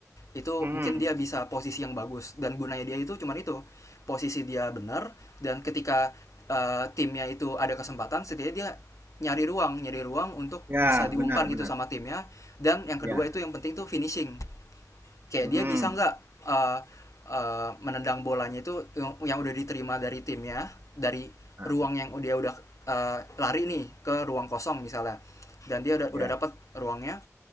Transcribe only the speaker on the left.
itu
mungkin dia bisa posisi yang bagus dan gunanya dia itu cuman itu posisi dia benar dan ketika eh, timnya itu ada kesempatan setidaknya dia nyari ruang nyari ruang untuk
bisa diumpan
gitu
sama timnya dan yang
kedua itu yang penting itu finishing kayak
dia bisa nggak eh, eh, menendang bolanya itu yang, yang udah diterima dari timnya dari
ruang yang dia udah eh, lari nih ke ruang kosong misalnya dan dia udah
udah dapat ruangnya